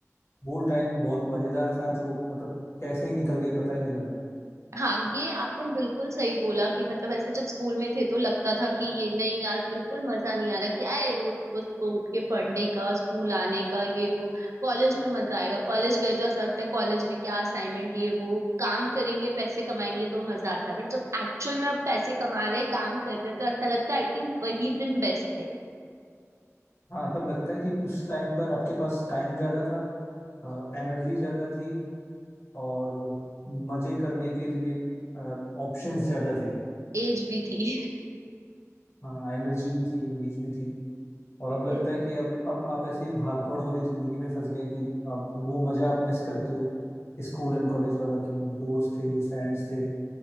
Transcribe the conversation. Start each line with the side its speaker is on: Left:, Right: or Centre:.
Left: वो टाइम बहुत मजेदार था जो मतलब कैसे ही निकल गया पता ही नहीं लगा
Right: हाँ ये आपने बिल्कुल सही बोला कि मतलब ऐसे जब स्कूल में थे तो लगता था कि ये नहीं यार बिल्कुल मजा नहीं आ रहा क्या है रोज सुबह सुबह उठ के पढ़ने का स्कूल आने का ये वो कॉलेज में मजा आएगा कॉलेज गए तो ऐसा लगता है कॉलेज में क्या असाइनमेंट ये वो काम करेंगे पैसे कमाएंगे तो मजा आता है बट जब एक्चुअल में अब पैसे कमा रहे काम कर रहे तो ऐसा लगता है आई थिंक वही दिन बेस्ट थे
Left: हाँ तब लगता है कि उस टाइम पर आपके पास टाइम ज्यादा था एनर्जी ज्यादा थी और मजे करने के लिए ऑप्शंस ज्यादा थे
Right: एज भी थी
Left: हाँ एनर्जी भी थी एज भी थी और अब लगता
Right: <laughs>
Left: है कि अब अब आप ऐसी भागदौड़ वाली जिंदगी में फंस गए कि अब वो मजा आप मिस करते हो स्कूल एंड कॉलेज वाला कि दोस्त थे फ्रेंड्स थे